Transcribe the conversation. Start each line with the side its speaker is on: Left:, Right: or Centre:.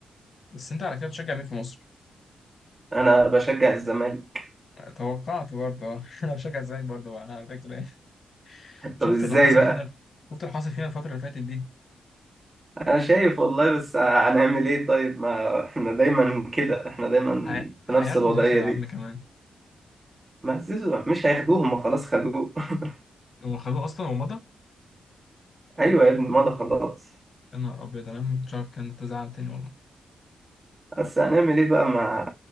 Left: بس أنت على كده بتشجع مين في مصر؟
Right: أنا بشجع الزمالك
Left: توقعت برضه اه. <laughs> أنا بشجع الزمالك برضه بقى، على فكرة <laughs>
Right: <laughs>
Left: شفت
Right: طب إزاي
Left: اللي حاصل
Right: بقى؟
Left: فينا شفت اللي حاصل فينا الفترة اللي فاتت دي
Right: أنا شايف والله بس هنعمل إيه طيب ما إحنا دايما كده إحنا دايما
Left: ه-
Right: في نفس
Left: هياخدوا
Right: الوضعية
Left: زيزو يا
Right: دي
Left: عم كمان
Right: ما زيزو مش هياخدوهم ما خلاص خدوه <laughs>
Left: هو خدوه أصلا ومضى
Right: أيوه يا ابني ما ده خلاص
Left: يا نهار أبيض أنا ما كنتش عارف كان تزعل تاني والله
Right: بس هنعمل ايه بقى مع